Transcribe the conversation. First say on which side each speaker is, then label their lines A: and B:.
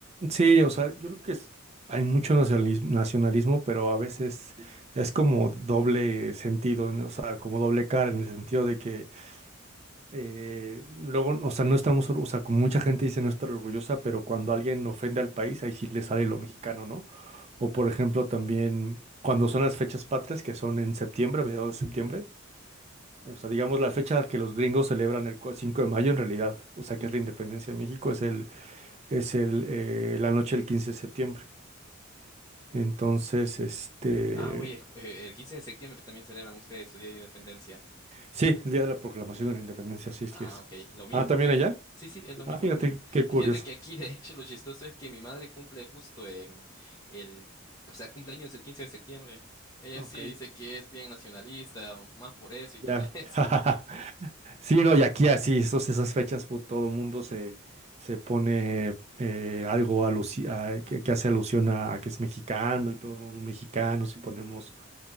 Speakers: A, on the right; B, on the left.
A: Sí, o sea, yo creo que es- hay mucho nacionalis- nacionalismo, pero a veces es como doble sentido, ¿no? o sea, como doble cara en el sentido de que eh, luego, o sea, no estamos, or- o sea, como mucha gente dice no estar orgullosa, pero cuando alguien ofende al país, ahí sí le sale lo mexicano, ¿no? O por ejemplo, también cuando son las fechas patrias, que son en septiembre, mediados de septiembre. O sea, digamos, la fecha que los gringos celebran el cu- 5 de mayo en realidad, o sea, que es la independencia de México, es el, es el, eh, la noche del 15 de septiembre. Entonces, este,
B: Ah, oye, ju- eh, el 15 de septiembre también celebran ustedes su Día de Independencia.
A: sí, el día de la proclamación de la independencia, sí, sí
B: Ah,
A: es.
B: ok, lo mismo
A: Ah, ¿también
B: aquí.
A: allá?
B: Sí, sí, es lo mismo,
A: Ah, fíjate,
B: lo mismo.
A: qué
B: Y
A: curioso.
B: fíjate que aquí, <laughs> de hecho, lo chistoso es que mi madre cumple justo en el, o sea, cumpleaños el 15 de septiembre. Ella
A: Ok,
B: sí dice que es bien nacionalista, más por eso y
A: ya.
B: todo <laughs> eso.
A: <laughs> Sí, no, y aquí así, esos, esas fechas, pu- todo mundo se, se pone eh, algo alusi- a- que, que hace alusión a, a que es mexicano y todos somos mexicanos y ponemos